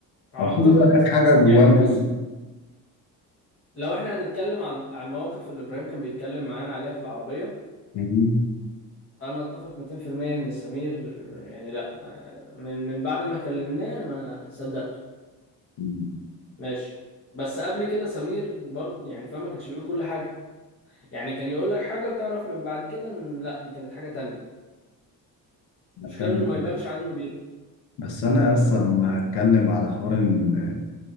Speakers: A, on the left; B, on the left.
A: على
B: هو
A: ما
B: خد
A: أعتقد
B: بالك حاجة جواه
A: يعني
B: ماتت
A: بص لو احنا هنتكلم على على المواقف اللي إبراهيم كان بيتكلم معانا عليها في العربية
B: مم.
A: انا اتفق 200% ان سمير يعني لا ما- من من بعد ما كلمناه انا صدقته
B: مم.
A: ماشي بس قبل كده سمير برضه يعني فاهم ما كانش بيقول كل حاجه يعني كان يقول لك حاجه وتعرف من بعد كده ان لا دي كانت حاجه تانية المشكله
B: فاهم
A: انه ما يبانش على انه بيكذب
B: بس أنا أصلا لما أتكلم على حوار إن